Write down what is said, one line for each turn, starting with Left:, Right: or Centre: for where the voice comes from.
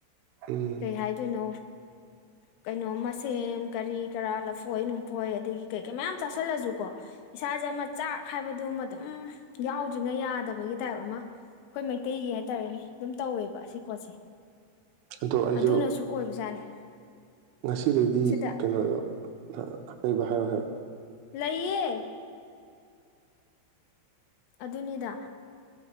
Right: ꯎꯝ
Left: ꯀꯩ ꯍꯥꯏꯗꯣꯏꯅꯣ ꯀꯩꯅꯣ ꯃꯁꯦꯝ ꯀꯔꯤ ꯀꯔꯥ ꯂꯐꯣꯏ ꯅꯨꯡꯐꯣꯏ ꯑꯗꯒꯤ ꯀꯩ ꯀꯩ ꯃꯌꯥꯝ ꯆꯥꯁꯤꯜꯂꯁꯨꯀꯣ ꯏꯁꯥꯁꯦ ꯑꯃ ꯆꯥꯛ ꯍꯥꯏꯕꯗꯨꯃ ꯑꯗꯨꯝ ꯌꯥꯎꯗ꯭ꯔꯤꯉꯩ ꯌꯥꯗꯕꯒꯤ ꯇꯥꯏꯞ ꯑꯃ ꯑꯩꯈꯣꯏ ꯃꯩꯇꯩꯒꯤ ꯍꯥꯏ ꯔꯅꯤ ꯑꯗꯨꯝ ꯇꯧꯋꯦꯕ ꯁꯤ ꯄꯣꯠꯁꯦ
Right: ꯑꯗꯣ ꯑꯩꯁꯨ
Left: ꯑꯗꯨꯅꯁꯨ ꯑꯣꯏꯕꯖꯥꯠꯅꯤ
Right: ꯉꯁꯤꯗꯩꯗꯤ
Left: ꯁꯤꯗ
Right: ꯀꯩꯅꯣꯗꯣ ꯑꯀꯩꯕ ꯍꯥꯏꯔꯣ ꯍꯥꯏꯔꯛ
Left: ꯂꯩꯌꯦ ꯑꯗꯨꯅꯤꯗ